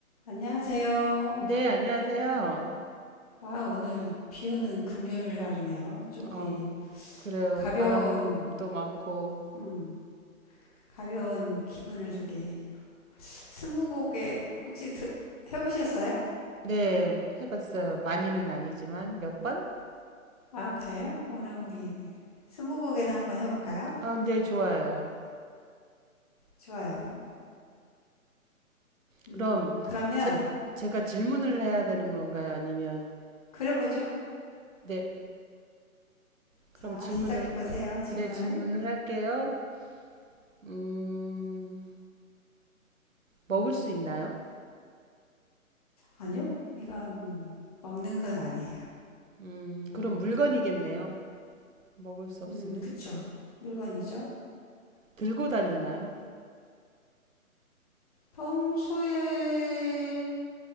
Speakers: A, on the left (about 25°); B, on the right (about 65°).
A: 안녕하세요.
B: 네, 안녕하세요.
A: 아, 오늘 비 오는 금요일 날이네요. 좀
B: 어,
A: 우리
B: 그래요.
A: 가벼운,
B: 바람도 많고.
A: 음, 가벼운 기분을 저게 스무고개 혹시 드, 해보셨어요?
B: 네, 해봤어요. 많이는 아니지만 몇 번?
A: 아, 그래요? 오늘 우리 스무고개는 한번 해볼까요?
B: 아, 네, 좋아요.
A: 좋아요. 음,
B: 그럼
A: 그러면
B: 제, 제가 질문을 해야 되는 건가요? 아니면
A: 그래보죠.
B: 네, 그럼
A: 자,
B: 질문을
A: 시작해보세요. 질문을.
B: 네, 질문을 할게요. 음, 먹을 수 있나요?
A: 아니요, 이건 먹는 건 아니에요.
B: 음, 그럼 물건이겠네요. 먹을 수 없으면
A: 음, 그쵸. 물건이죠.
B: 들고 다니나요?
A: 평소에